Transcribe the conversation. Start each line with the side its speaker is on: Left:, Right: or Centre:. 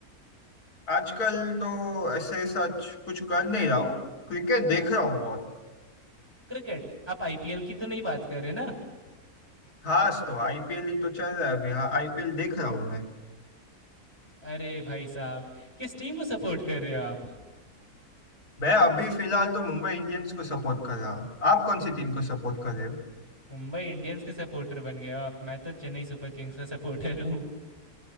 Left: आजकल तो ऐसे सच कुछ कर नहीं रहा हूँ क्रिकेट देख रहा हूँ बहुत
Right: क्रिकेट आप आईपीएल की तो नहीं बात कर रहे ना
Left: खास तो आईपीएल ही तो चल रहा है अभी हाँ आईपीएल देख रहा हूँ मैं
Right: अरे भाई साहब किस टीम को सपोर्ट कर रहे हो आप
Left: मैं अभी फिलहाल तो मुंबई इंडियंस को सपोर्ट कर रहा हूँ आप कौन सी टीम को सपोर्ट कर रहे हो
Right: मुंबई इंडियंस के सपोर्टर बन गए हो आप मैं तो चेन्नई सुपर किंग्स का सपोर्टर हूँ